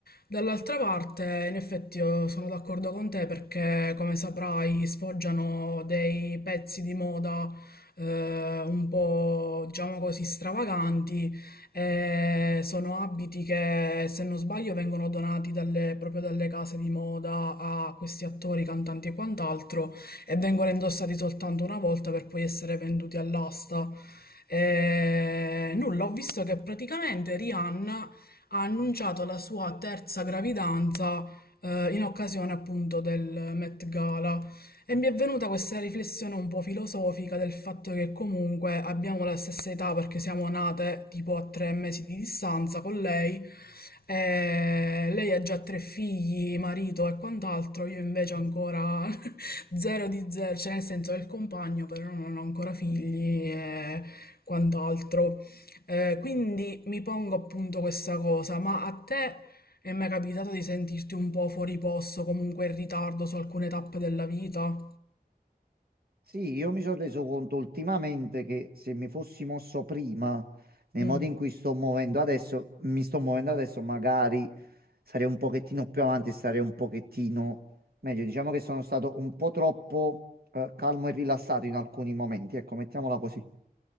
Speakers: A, on the left; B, on the right.
A: Dall'altra parte, in effetti, io sono d'accordo con te perché, come saprai, sfoggiano dei pezzi di moda eh, un po', diciamo così, stravaganti eh, sono abiti che, se non sbaglio, vengono donati dalle- proprio dalle case di moda a questi attori, cantanti e quant'altro e vengono indossati soltanto una volta per poi essere venduti all'asta. Eh, nulla, ho visto che praticamente Rihanna ha annunciato la sua terza gravidanza eh, in occasione appunto del Met Gala. E mi è venuta questa riflessione un po' filosofica del fatto che comunque abbiamo la stessa età perché siamo nate tipo a tre mesi di distanza con lei. E lei ha già tre figli, marito e quant'altro, io invece ancora <laughs> zero di zero, cioè nel senso del compagno, però non ho ancora figli e quant'altro. Eh, quindi mi pongo appunto questa cosa, ma a te e mi È mai capitato di sentirti un po' fuori posto, comunque in ritardo su alcune tappe della vita?
B: Sì, io mi sono reso conto ultimamente che se mi fossi mosso prima, nei
A: Mm.
B: modi in cui sto muovendo adesso, mi sto muovendo adesso, magari sarei un pochettino più avanti e sarei un pochettino meglio. Diciamo che sono stato un po' troppo eh, calmo e rilassato in alcuni momenti, ecco, mettiamola così.